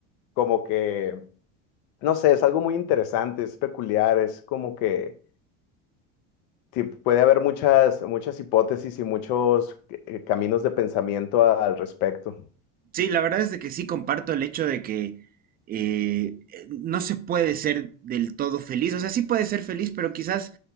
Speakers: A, on the left; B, on the right.
A: como que, no sé, es algo muy interesante, es peculiar, es como que sí, puede haber muchas, muchas hipótesis y muchos eh, caminos de pensamiento a- al respecto.
B: Sí, la verdad es de que sí comparto el hecho de que eh, eh, no se puede ser del todo feliz. O sea, sí puede ser feliz, pero quizás